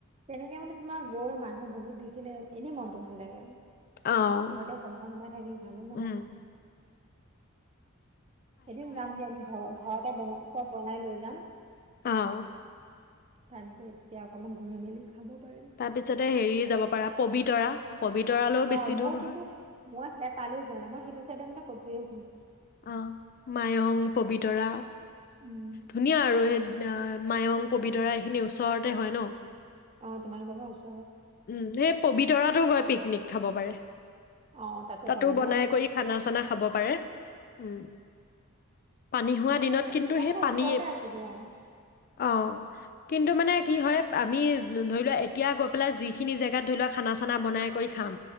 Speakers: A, on the right (about 30°); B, on the left (about 40°).
A: তেনেকে মানে তোমা গৈ মানুহ বহুত দেখিলে এনে মনটো ভাল লাগে
B: অ'
A: ঘৰতে সোমাই সোমাই থাকি ভালো নালাগে
B: উম,
A: এদিন যাম দিয়া ঘৰ-ঘৰতে বনাই চব বনাই লৈ যাম। যাম।
B: অহ,
A: তাত গৈ তেতিয়া অকণমান ঘূৰি মেলি। খাব পাৰিম
B: তাৰ পিছতে হেৰি যাব পাৰা পবিতৰা। পবিতৰালৈও
A: অ
B: বেছি
A: মই
B: দূৰ নহয়
A: কিন্ত মই হে তালৈ যোৱা নাই মই সেইটো চাইদে মানে কতোৱেই
B: অ', মায়ং পবিত তৰা
A: উম
B: ধুনীয়া আৰু সেই, মায়ং পবিতৰা এইখিনি ওচৰতে হয় ন।
A: অ' তোমালোকৰ পৰা ওচ
B: উম <unintelligible> পবিতৰাটো গৈ পিকনিক খাব পাৰে।
A: অ
B: তাতো
A: পাৰি
B: বনাই
A: ন
B: কৰি খানা চানা খাব পাৰে। উম পানী হোৱা দিনত
A: তেনেকুৱা
B: কিন্তু
A: তোমালোকৰ
B: সেই পানী
A: ওচৰতে আছে দিয়া
B: অ' কিন্তু মানে কি হয় আমি ধৰি লোৱা এতিয়া গৈ পেলাই যি সেইখিনি জেগাত ধৰি লোৱা খানা চানা বনাই কৰি খাম।